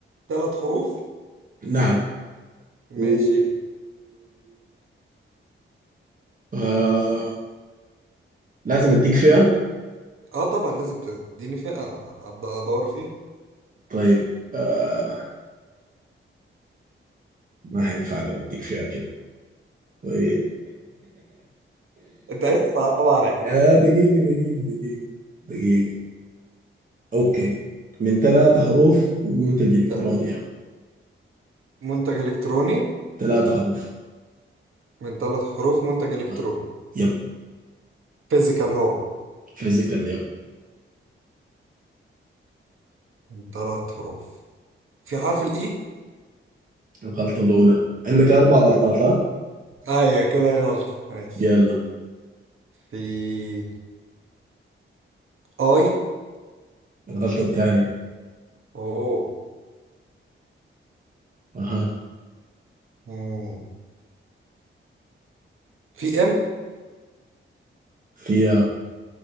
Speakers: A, on the right (about 75°); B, on the right (about 40°).
A: ثلاث حروف
B: نعم
A: ماشي
B: و آه لازم اديك فيها
A: اه طبعا لازم تديني فئة ابدا ادور فيها
B: طيب آه ما هينفع لو اديك فيها كده طيب <laughs>
A: انت عايز تصعب عليا
B: يا دقيقة دقيقة دقيقة دقيقة اوكي من ثلاثة حروف ومنتج الكتروني
A: تمام
B: يعني
A: منتج الكتروني
B: ثلاثة حروف
A: من ثلاث حروف منتج الكتروني
B: آه. يب
A: فيزيكال هو
B: فيزيكال يب
A: من ثلاث حروف في حرف الاي
B: الغلطة الأولى عندك أربع غلطات ها
A: ايوه كده غلط ماشي
B: يلا
A: في اي
B: الغلطة الثانية
A: اوه
B: أها
A: مم. في ام
B: فيها